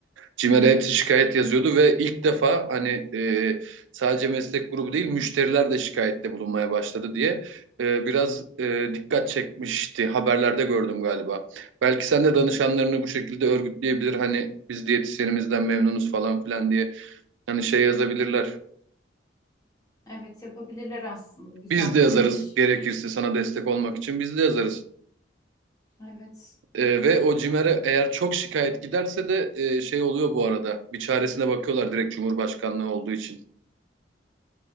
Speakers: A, on the right; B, on the left.
A: CİMER'e hepsi şikayet yazıyordu ve ilk defa hani e, sadece meslek grubu değil müşteriler de şikayette bulunmaya başladı diye e, biraz e, dikkat çekmişti. Haberlerde gördüm galiba. Belki sen de danışanlarını bu şekilde örgütleyebilir. Hani biz diyetisyenimizden memnunuz falan filan diye hani şey yazabilirler.
B: evet yapabilirler aslında. Güzel
A: Biz
B: fikirmiş.
A: de yazarız gerekirse sana destek olmak için biz de yazarız.
B: Evet.
A: E, ve o CİMER'e eğer çok şikayet giderse de e, şey oluyor bu arada. Bir çaresine bakıyorlar direkt Cumhurbaşkanlığı olduğu için.